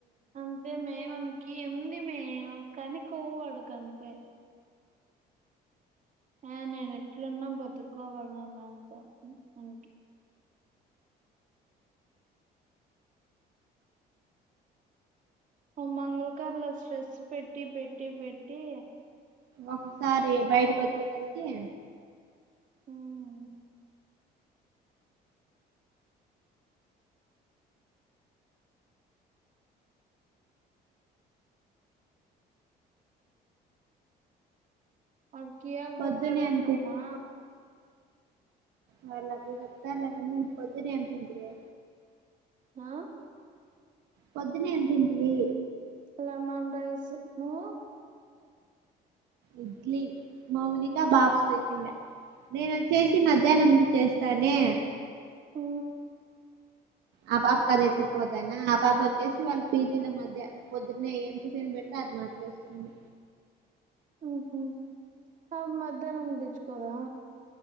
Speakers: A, on the right; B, on the right.
A: అంతే మే మనకి ఎందుంది మే కానీ కొవ్వు వాడుకి అంతే ఆ నేను ఎట్లున్నా బతుకోవాలన్నంత వాణికి ఆ మంగళకర్రలో స్ట్రెస్ పెట్టి పెట్టి పెట్టి
B: ఒకసారి బయటకి వచ్చే తలికి
A: ఉమ్, వాడు కియా కి
B: పొద్దున
A: పోతాడంటమ్మా
B: ఏం వాళ్లకి చెప్తారులే కానీ నువ్ పొద్దునే ఏం తింటివి
A: ఆహ్
B: పొద్దునే ఏం తింటివి
A: లెమన్ రైస్ నువ్వు
B: ఇడ్లీ మౌనిక బాక్స్ తెచ్చిండా నేను వచ్చేసి మధ్యాహ్నం చేస్ సరే
A: ఆ
B: ఆ పాప కి అది ఎత్తుకుపోతాయినా ఆ పాప వచ్చేసి వాళ్ళ పీజీల మధ్య పొద్దునే ఏం టిఫిన్ పెడితే అది మార్చేస్తుంది.
A: ఉహ్ అయమ్మ మధ్యాహ్నం తెచ్చుకోదా